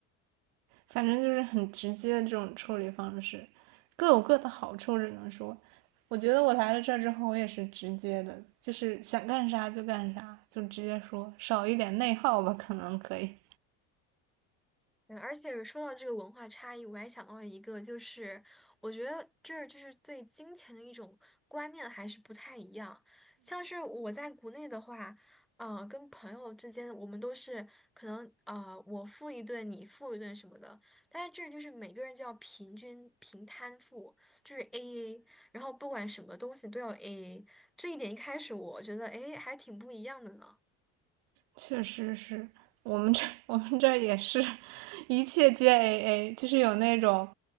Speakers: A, on the right (about 75°); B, in the centre.
A: 反正就是很直接的这种处理方式，各有各的好处，只能说，我觉得我来了这儿之后，我也是直接的，就是想干啥就干啥，就直接说，少一点内耗吧，可能可以。
B: 嗯，而且说到这个文化差异，我还想到了一个，就是我觉得这儿就是对金钱的一种观念还是不太一样。像是我在国内的话，呃，跟朋友之间，我们都是可能呃，我付一顿，你付一顿什么的。但是这儿就是每个人就要平均平摊付，就是 AA，然后不管什么东西都要 AA。这一点一开始我觉得，哎，还挺不一样的呢。
A: 确实是我们这 <laughs> 我们这儿也是，一切皆 AA，就是有那种，